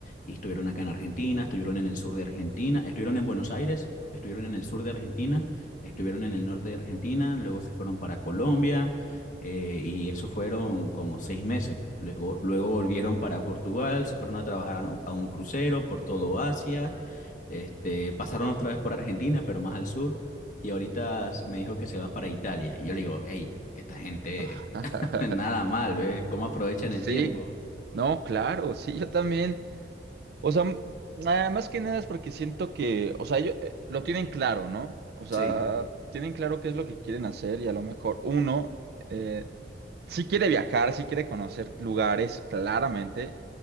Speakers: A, on the left; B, on the right.
A: Y estuvieron acá en Argentina, estuvieron en el sur de Argentina, estuvieron en Buenos Aires, estuvieron en el sur de Argentina, estuvieron en el norte de Argentina, luego se fueron para Colombia, eh, y eso fueron como seis meses. Luego, luego volvieron para Portugal, se fueron a trabajar a, a un crucero por todo Asia, este, pasaron otra vez por Argentina, pero más al sur, y ahorita s- me dijo que se va para Italia. Y yo le digo, hey, esta gente,
B: <laughs>
A: <laughs> nada mal, ¿ves? ¿Cómo aprovechan
B: Sí,
A: el tiempo?
B: no, claro, sí, yo también. O sea, m- nada más que nada es porque siento que, o sea, ellos eh, lo tienen claro, ¿no? O sea,
A: Sí.
B: tienen claro qué es lo que quieren hacer y a lo mejor uno eh, sí quiere viajar, sí quiere conocer lugares, claramente,